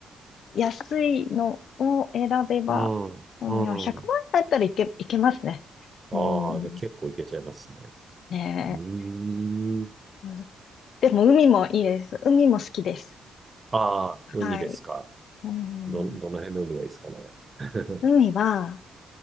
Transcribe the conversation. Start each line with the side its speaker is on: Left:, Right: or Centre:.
Left: 安いのを選べば、
Right: うん、
Left: うん、
Right: うん。
Left: いや、100万円だったらいけ、いけますね。
Right: ああ、
Left: うん。
Right: じゃあ結構いけちゃいますね。
Left: ねえ。
Right: うーん。
Left: あのでも海もいいです。海も好きです。
Right: ああ、海ですか。
Left: はい。うん。
Right: ど、どの辺の海がいいですかね。<laughs>
Left: 海は、